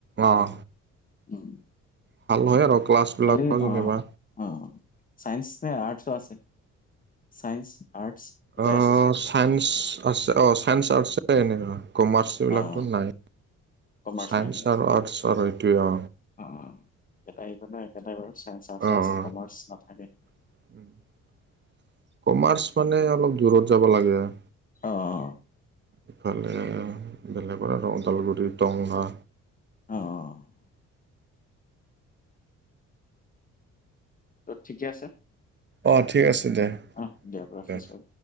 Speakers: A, on the right (about 35°); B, on the left (about 25°).
A: অ অ,
B: উম,
A: ভাল হয় আৰু ক্লাছ বিলাক
B: খালি
A: যেনিবা।
B: অ', অ, চাইন্স নে আৰ্টছ আছে? Science, arts. দুটাই
A: অ অ,
B: আছে চাগে,
A: চাইন্স আছ, অ চাইন্স, আৰ্টছে এনেকা। কমাৰ্চ এইবিলাকটো
B: অ',
A: নাই।
B: কমাৰ্চ
A: চাইন্স
B: নাই ন?
A: আৰু আৰ্টছৰ আৰু এইটোৱে অ।
B: অ অ। এটাই এখনৰ, এটা বাৰু চাইন্স, আৰ্টছে
A: অ',
B: আছে
A: অ',
B: কমাৰ্চ নাথাকে।
A: <inaudible> কমাৰ্চ মানে অলপ দূৰত যাব লাগে আ।
B: অ অ।
A: ইফালে বেলেগৰ আৰু ওদালগুটি দংঘা।
B: অঁ অঁ। তোৰ ঠিকে আছে?
A: অঁ ঠিক আছে দে।
B: অহ দিয়ক ৰাখিছোঁ।
A: দে।